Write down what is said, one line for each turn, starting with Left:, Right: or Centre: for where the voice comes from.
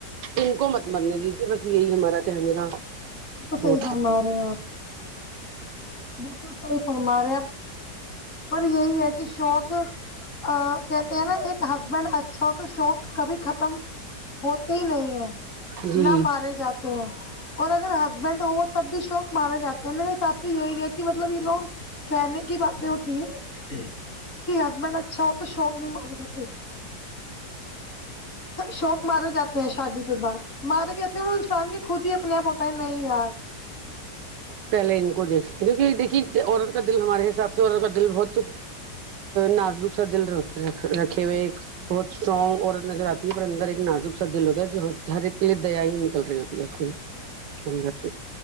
Right: ان کو مت مرنے دیجئے بس یہی ہمارا کہنے کا
Left: تو صحیح
Right: وہ
Left: فرما
Right: تھا
Left: رہے ہیں آپ بالکل صحیح فرما رہے پر یہی ہے کہ شوق ہاں کہتے ہیں نا ایک ہسبینڈ اچھا ہو تو شوق کبھی ختم ہوتے ہی نہیں ہیں
Right: جی
Left: نہ مارے جاتے ہیں اور اگر ہسبینڈ ہو تب بھی شوق مارا جاتا ہے میرے حساب سے یہی ہے کہ مطلب یہ لوگ کہنے کی باتیں ہوتی ہیں کہ ہسبینڈ اچھا ہو تو شوق بھی مارے جاتے شوق مارے جاتے ہیں شادی کے بعد مارے گئے ہیں وہ انسان کے خود ہی اپنے آپ ہو تا نہیں یار
Right: پہلے ان کو دیکھ کیونکہ دیکھیے عورت کا دل ہمارے حساب سے عورت کا دل بہت نازک سا دل رہت رکھے ہوئے ایک بہت اسٹرانگ عورت نظر آتی ہے پر اندر ایک نازک سا دل ہوتا ہے جو ہر ایک کے لیے دیا ہی نکل رہی ہو <unintelligible>